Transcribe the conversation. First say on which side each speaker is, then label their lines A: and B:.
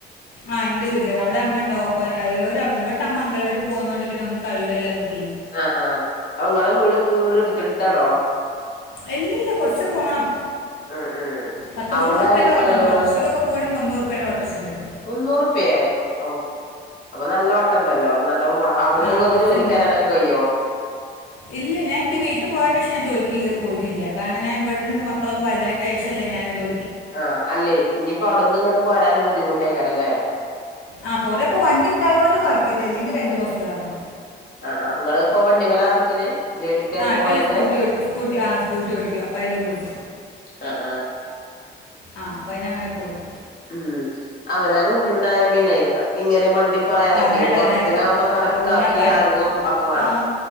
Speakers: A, on the left; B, on the left.
A: ആഹ് എന്റെ വീട്ടില്ന്ന് അവിടെ അമ്മ ഉണ്ടാകും <unintelligible> ഇവിട്ത്തെ അമ്മ അംഗൽവാടി പോവുന്നോണ്ട് പിന്നെ ഒന്നും കഴിലല്ലോ ഇൻക്കി.
B: ആ ആഹ് അപ്പൊ ഇങ്ങളെ വീടും ഈ വീടും എടുത്ത്ടുത്താണോ?
A: ഇല്ലല്ല കൊറച്ച്പോണം.
B: ഉം ഉം
A: പത്ത്
B: അവിടെ
A: മുന്നൂറുപ്പിയേന്റെ
B: ആരൊക്കെയാള്ളെ
A: ഓട്ടോണ്ട്.
B: ഇങ്ങള്
A: ഓട്ടോർഷക്കൊക്കെ പോകാണി മുന്നൂറുപ്പിയെന്റെ ഓട്ടോർഷണ്ട്.
B: മുന്നൂറുപ്പിയെ? ഔ അപ്പൊ നല്ല രണ്ടല്ലോ നല്ലോ പോണം. അവ്ടുന്ന്
A: ആ
B: ഇങ്ങക്ക്
A: കുറച്ചുണ്ട്
B: ജോലിക്കരാനൊക്കെ കയ്യോ?
A: ഇല്ല ഞാന്റെ വീട്ടി പോയെന്റെഷം ഞാൻ ജോലിക്ക് കേ പോയിട്ടില്ല. കാരണം ഞാൻ ഇവിടുന്ന് ഇന്റെ മക്കളൊക്കെ വൽതായേന്റെ ശേഷല്ലേ ഞാന് ജോ
B: ആഹ് അല്ലേയ് ഇനിപ്പോ അവിട്ന്ന്ങ്ങ്ട്ട് പോരാനും ബുദ്ധിമുട്ടേക്കാരല്ലേ?
A: ആഹ് പോരാപ്പോ വണ്ടിണ്ടായോണ്ട് കൊഴപ്പല്ല. അല്ലെങ്കി രണ്ട് ബസ്സ് കേറണം.
B: ആ ആഹ് ഇങ്ങളിപ്പൊ വണ്ടിമ്മലാ നടക്കല് ജോലിക്ക് വരലും
A: ആ ഇപ്പൊ
B: പോവലൊക്കെ
A: ഞാൻ സ്കൂട്ടി ഓടിക്കും. സ്കൂട്ടി ആ സ്കൂട്ടി ഓടിക്കും. അപ്പയില് പോരും.
B: അ ആഹ്.
A: ആഹ് അപ്പയിലങ്ങനെ പോരും.
B: ഉം അവനാന് വണ്ടിണ്ടായ പിന്നെയ് ഇങ്ങനെ ണ്ടിപ്പായാനൊക്കെ
A: പറയാണ്ടോ
B: ബസ്സിനാകുമ്പോ
A: ഞാൻ ഇപ്പം
B: കണക്കാക്കി
A: ഓ ഞാൻ ഇപ്പം അടുത്ത
B: എറങ്ങും ഒക്കെ വാണം.
A: ആ